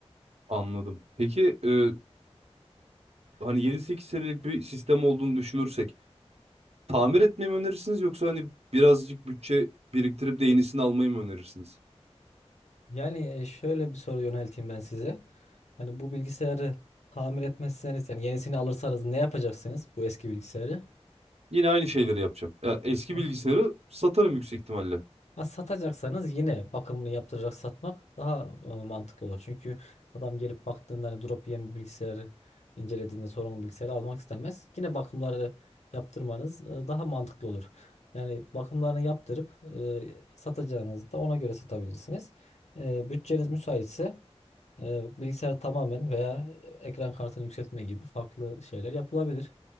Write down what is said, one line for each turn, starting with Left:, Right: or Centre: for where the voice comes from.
Right: Anladım. Peki e, hani yedi sekiz senelik bir sistem olduğunu düşünürsek tamir etmeyi mi önerirsiniz yoksa hani birazcık bütçe biriktirip de yenisini almayı mı önerirsiniz?
Left: Yani e, şöyle bir soru yönelteyim ben size. Hani bu bilgisayarı tamir etmezseniz yani yenisini alırsanız ne yapacaksınız bu eski bilgisayarı?
Right: Yine aynı şeyleri yapacağım. Ya eski
Left: Evet.
Right: bilgisayarı satarım yüksek ihtimalle.
Left: Ha, satacaksanız yine bakımını yaptıracak satmak daha e, mantıklı olur. Çünkü adam gelip baktığında hani drop yiyen bir bilgisayarı incelediğinde sorunlu bilgisayarı almak istemez. Yine bakımları yaptırmanız e, daha mantıklı olur. Yani bakımlarını yaptırıp e, satacağınızı da ona göre satabilirsiniz. E, bütçeniz müsaitse E, bilgisayar tamamen veya ekran kartını yükseltme gibi farklı şeyler yapılabilir.